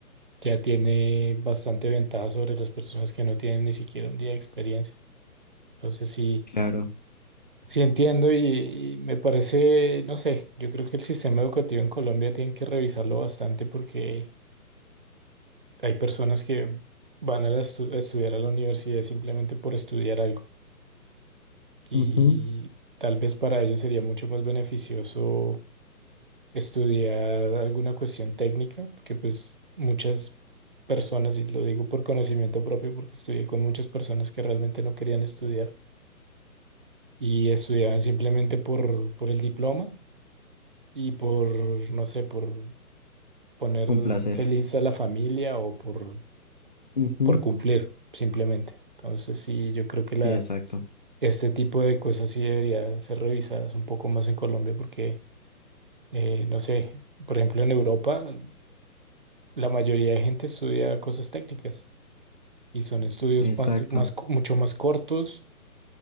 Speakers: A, on the right; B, on the left.
A: ya tiene bastante ventaja sobre las personas que no tienen ni siquiera un día de experiencia. Entonces sí,
B: Claro.
A: sí entiendo y, y me parece, no sé, yo creo que el sistema educativo en Colombia tienen que revisarlo bastante porque hay personas que van a, la estu- a estudiar a la universidad simplemente por estudiar algo. y
B: Ujú,
A: tal vez para ellos sería mucho más beneficioso estudiar alguna cuestión técnica, porque pues muchas personas, y lo digo por conocimiento propio, porque estudié con muchas personas que realmente no querían estudiar y estudiaban simplemente por, por el diploma y por, no sé, por poner
B: Con placer.
A: feliz a la familia o por,
B: Ujú,
A: por cumplir, simplemente. Entonces sí, yo creo
B: Sí,
A: que la...
B: exacto.
A: Este tipo de cosas sí debería ser revisadas un poco más en Colombia porque Eh, no sé, por ejemplo, en Europa la mayoría de gente estudia cosas técnicas y son estudios
B: Exacto.
A: más, más, co- mucho más cortos